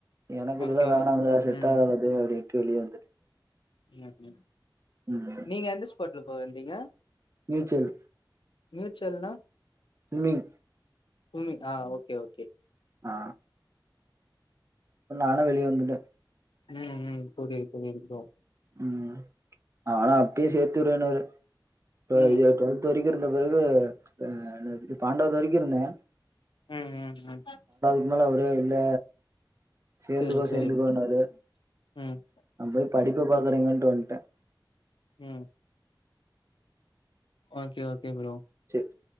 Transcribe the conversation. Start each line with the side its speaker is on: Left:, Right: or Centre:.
Right: எனக்கு இதெல்லா
Left: ஓகே
Right: வேணாம்ங்க
Left: ஓகே
Right: செட்டாவாது
Left: ம்
Right: அப்டின்டு வெளிய வந்துட்டே
Left: ம் ம்
Right: ம்
Left: நீங்க எந்த ஸ்குவாட்லப்பா இருந்தீங்க
Right: நீச்சல்
Left: நீச்சல்னா
Right: ஸ்விம்மிங்
Left: ஸ்விம்மிங் ஆ ஓகே ஓகே
Right: ஆ இப்ப நானா வெளிய வந்துட்டே
Left: ம் ம் புரியிது புரியிது ப்ரோ
Right: ம் ஆனா அப்பயே சேத்துவிட்றேனாரு இப்ப
Left: ம்
Right: இது டு வெல்த் வரிக்கு இருந்த பெறகு அ என்னது பன்னடாது வரிக்கு இருந்தே
Left: ம் ம் ம்
Right: இமலா ஒரே இல்ல சேர்ந்துக்கோ
Left: செரி செரி
Right: சேர்ந்துக்கோன்னாரு
Left: ம்
Right: நான் போய் படிப்ப பாக்குறேங்கன்ட்டு வந்துட்டேன்
Left: ம் ஓகே ஓகே ப்ரோ
Right: சேர்